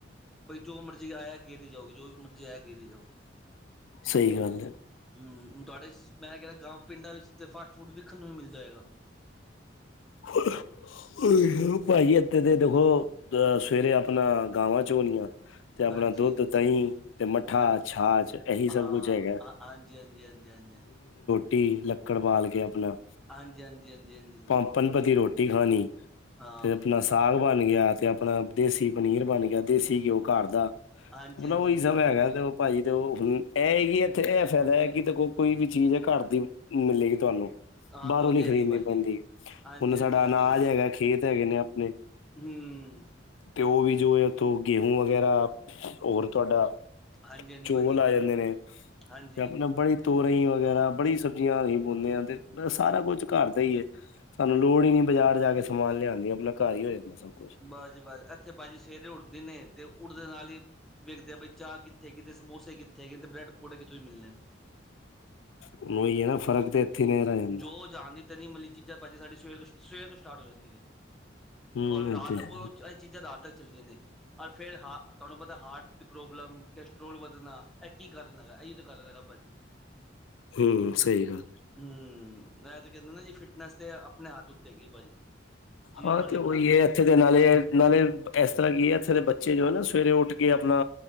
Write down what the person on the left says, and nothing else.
ਸਹੀ ਗੱਲ ਏ।
ਹੋਰ <inaudible> ਪਾਜੀ ਏਥੇ ਤੇ ਦੇਖੋ ਅ ਸਵੇਰੇ ਆਪਣਾ ਗਾਵਾਂ ਚੋਨਿਆ ਤੇ ਆਪਣਾ
ਦੁੱਧ, ਦਹੀਂ ਤੇ ਮੱਠਾ
ਛਾਛ, ਏਹੀ
ਸਭ ਕੁਛ ਹੈਗਾ।
ਤੇ ਲੱਕੜ ਬਾਲ ਕੇ ਆਪਣਾ
ਪੰਪਨਪਤੀ ਰੋਟੀ ਖਾਣੀ
ਤੇ ਆਪਣਾ ਸਾਗ ਬਣ ਗੇਆ ਤੇ ਆਪਣਾ ਦੇਸੀ ਪਨੀਰ ਬਣ ਗੇਆ, ਦੇਸੀ ਘਿਓ ਘਰ ਦਾ ਤੇ
ਮਤਲਬ
ਉਹੀ
ਸਭ
ਹੈਗਾ ਤੇ ਪਾਜੀ ਤੇ, ਓ, ਹੁਣ ਏ, ਹੈ ਕਿ, ਏਥੇ ਏਹ ਫੈਦਾ ਹੈ ਕਿ ਦੇਖੋ ਕੋਈ ਵੀ ਚੀਜ਼ ਆ, ਘਰ ਦੀ ਮਿਲੇਗੀ ਤੁਹਾਨੂੰ
ਬਾਹਰੋਂ
ਨੀ ਖਰੀਦਣੀ
ਪੈਂਦੀ,
ਹੁਣ ਸਾਡਾ
ਆਨਾਜ ਹੈਗਾ ਖੇਤ ਹੈਗੇ ਨੇ ਆਪਣੇ
ਤੇ ਓ ਵੀ ਜੋ ਓਥੋਂ ਗੇਹੂ ਵਗੈਰਾ ਹੋਰ ਤਾਡਾ
ਚੋਲ
ਆ ਜਾਂਦੇ ਨੇ,
ਤੇ ਆਪਣਾ ਬੜੀ ਤੋਰੀ ਈ ਵਗੈਰਾ, ਬੜੀ ਸਬਜ਼ੀਆਂ ਅਸੀਂ ਓਗਾਉਂਦੇ ਆ ਤੇ ਸਾਰਾ ਕੁੱਝ ਘਰ ਏ, ਸਾਨੂੰ ਲੋੜ ਈ, ਨੀ ਬਾਜ਼ਾਰ ਜਾ ਕੇ ਸਮਾਨ ਲਿਆਂਦੀ ਆਪਣਾ ਘਰ ਹੀ ਹੋ ਜਾਂਦਾ ਸਭ ਕੁਛ।
ਉਹੀ ਹੈ ਨਾ ਫ਼ਰਕ ਤੇ ਇੱਥੇ ਨਹੀਂ ਰਹਿ ਜਾਂਦਾ
ਹੂੰ
ਇਹ ਤੇ ਹੈ
ਹਮ ਸਹੀ ਗੱਲ,
ਹਾਂ
ਤੇ ਉਹੀ
ਹੈ
ਇੱਥੇ ਦੇ ਨਾਲੇ- ਨਾਲੇ ਇਸ ਤਰ੍ਹਾਂ ਕੀ ਹੈ ਇੱਥੇ ਦੇ ਬੱਚੇ ਜੋ ਹੈ ਨਾ ਸਵੇਰੇ ਉੱਠ ਕੇ ਆਪਣਾ